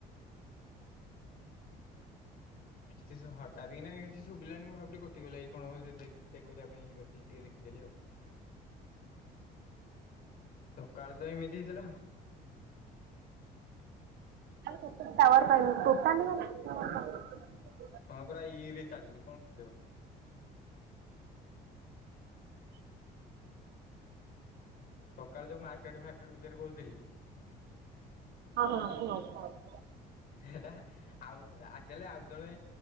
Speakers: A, on the left; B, on the right.
A: କିଛି ଶୁ ହଠାତ କିନା କିଛି ଶୁଭିଲାନି ମୁଁ ଭାବିଲି କଟିଗଲା କି କଣ ବୋଧେ ଦେଖ ଚେକ୍ କରିବା ପାଇଁ ଇଏ କରିଦେଲି ଟିକେ ଦେଖି। ଦେଲି ଆଉ। ସକାଳେ ତ ଏମିତି ହେଇଥିଲା।
B: ଆଲୋ ସତରେ ଟୱାର ପାଉନି ଟୋଟାଲ ମାନେ ଟାୱାର ପାଉନି।
A: ହଁ ପରା ଇ ରେ ଚାଲିଛି କଣ କହିବ। ସକାଳେ ଯୋଉ ମାର୍କେଟ ଫାର୍କେଟ ବିଷୟରେ କହୁଥିଲି।
B: ହଁ ହଁ ହଁ କୁହ କୁହ।
A: ହେଟା ଆଉ ଆକଚୁଆଲି ଆଉ। ଜଣେ